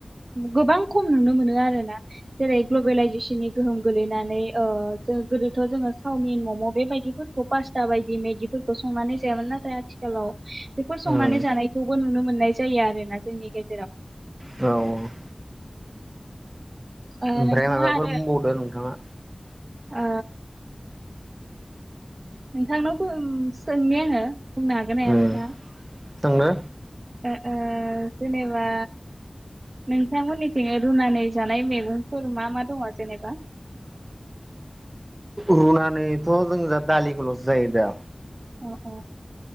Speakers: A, on the right (about 65°); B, on the right (about 35°).
A: गोबां खम नुनो मोनो आरो ना जेरै ग्लबेलायजेसननि
B: उम
A: गोहोम गोलैनानै ओ जों गोदोथ' जोङो सावमिन मम' बेबायदिफोरखौ पास्ता बायदि मेगिफोरखौ संनानै जायामोन नाथाय आथिखालाव बेफोर संनानै
B: उम
A: जानायखौबो नुनो मोननाय जायो आरो ना जोंनि गे
B: औ औ
A: ओ
B: ओमफ्राय
A: नोंथाङा
B: माबाफोर
A: आरो
B: बुंबावदो नोंथाङा
A: ओ नोंथांनाव बो सोंनि‌ आङो बुंनो हागोन ना हाया
B: उम
A: नोंथां
B: जोंनो
A: ओ ओ जेनेबा नोंथांमोननिथिं रुनानै जानाय मैगंफोर मा मा दङ जेनेबा
B: रुनानैथ' जों जा दालिखौल'सो जायो दा
A: अ अ